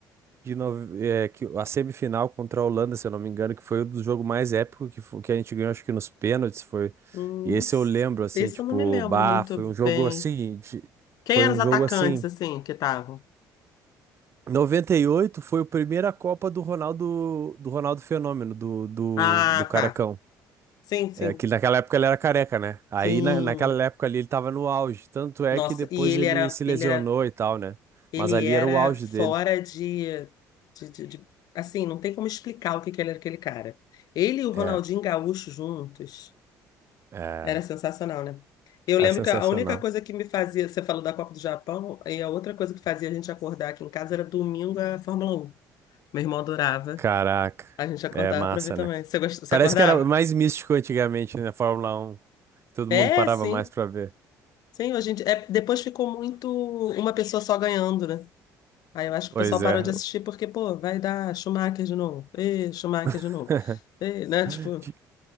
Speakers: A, on the right; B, on the left.
A: de nove- é, que a semifinal contra a Holanda, se eu não me engano, que foi o do jogo mais épico que, fo- que a gente ganhou, acho que nos pênaltis foi.
B: Hum,
A: E esse eu lembro, assim,
B: esse
A: tipo,
B: eu não me lembro
A: bah,
B: muito
A: foi um jogo
B: bem.
A: assim, de-
B: Quem
A: foi
B: eram
A: um
B: os atacantes,
A: jogo assim.
B: assim, que estavam?
A: noventa e oito foi a primeira Copa do Ronaldo, do Ronaldo Fenômeno, do, do,
B: Ah,
A: do Carecão.
B: tá. Sim, sim.
A: É, que naquela época ele era careca, né? Aí
B: Sim.
A: na, naquela época ali ele tava no auge. Tanto é
B: Nossa,
A: que depois
B: e ele
A: ele
B: era,
A: se lesionou
B: ele era,
A: e tal, né?
B: ele
A: Mas ali
B: era
A: era o auge
B: fora
A: dele.
B: de, de, de- de- assim, não tem como explicar o que que ele era aquele cara. Ele e o Ronaldinho
A: É,
B: Gaúcho juntos
A: é,
B: era sensacional, né? Eu
A: é
B: lembro
A: sensacional.
B: que a única coisa que me fazia, você falou da Copa do Japão, e a outra coisa que fazia a gente acordar aqui em casa era domingo a Fórmula Um. Meu irmão adorava.
A: Caraca,
B: A gente acordava
A: é massa,
B: pra ver também.
A: né?
B: Você gost... Você
A: Parece
B: acordava?
A: que era mais místico antigamente, né? Fórmula Um. Todo
B: É,
A: mundo parava
B: sim.
A: mais pra ver.
B: Sim, hoje em dia. É, depois ficou muito uma pessoa só ganhando, né? Aí eu acho que
A: Pois
B: o pessoal parou
A: é.
B: de assistir porque, pô, vai dar Schumacher de novo. Ê, Schumacher
A: <laughs>
B: de novo. Ê, né? Tipo,
A: Pi-